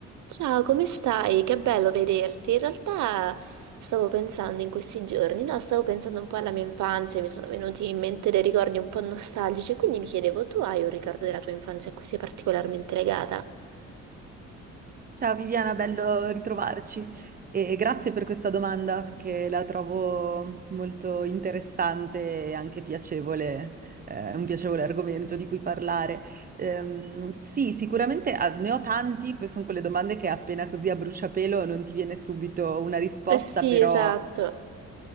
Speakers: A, on the right (about 75°); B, on the right (about 30°).
A: Ciao, come stai? Che bello vederti. In realtà stavo pensando in questi giorni, no, stavo pensando un po' alla mia infanzia, mi sono venuti in mente dei ricordi un po' nostalgici, quindi mi chiedevo, tu hai un ricordo della tua infanzia a cui sei particolarmente legata?
B: Ciao Viviana, bello ritrovarci e grazie per questa domanda perché la trovo molto interessante e anche piacevole, eh, un piacevole argomento di cui parlare. Ehm, sì, sicuramente ah, ne ho tanti, poi sono quelle domande che appena così a bruciapelo non ti viene subito una risposta,
A: Eh sì,
B: però
A: esatto,